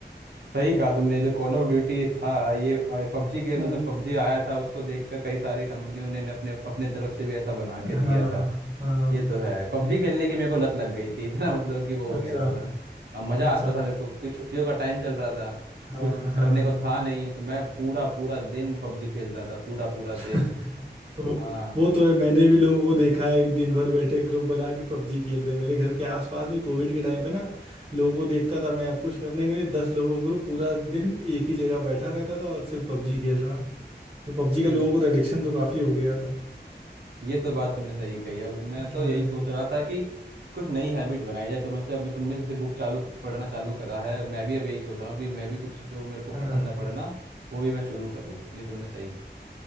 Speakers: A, on the right; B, on the right.
A: सही कहा तुमने जो कॉल ऑफ ड्यूटी था ये पबजी के मतलब
B: हाँ
A: पबजी आया था उसको देखकर कई सारी कंपनियों ने ने अपने अपने तरफ से भी ऐसा बना के
B: हाँ
A: दिया था
B: हाँ
A: ये तो है पबजी खेलने की मेरे को लत लग गई थी <laughs> इतना मतलब कि वो हो
B: अच्छा
A: गया था मैं अब मज़ा
B: अच्छा
A: आता था मेरे को कि छुट्टियों का टाइम चल रहा था
B: हाँ
A: कुछ
B: हाँ
A: करने को था नहीं तो मैं पूरा पूरा दिन पबजी खेलता था पूरा पूरा
B: <laughs>
A: दिन
B: वो
A: हाँ
B: वो तो है मैंने भी लोगों को देखा है कि दिन भर बैठे ग्रुप बना के पबजी खेल रहे हैं मेरे घर के आसपास भी कोविड के टाइम पे ना लोगों को देखता था मैं अब कुछ करने के लिए दस लोगों का ग्रुप पूरा दिन एक ही जगह बैठा रहता था और सिर्फ पबजी खेल रहा है तो पबजी का
A: ये
B: लोगों को तो एडिक्शन तो काफ़ी हो गया
A: ये तो बात तुमने सही कही अब मैं तो
B: हाँ
A: यही सोच रहा था कि कुछ नई हैबिट बनाई जाए तो से अब तुमने जैसे बुक चालू पढ़ना चालू करा है मैं भी अब यही सोच रहा हूँ कि मैं भी कुछ जो मेरे को
B: हाँ
A: पसंद है पढ़ना वो भी मैं शुरू करूँ ये तुमने सही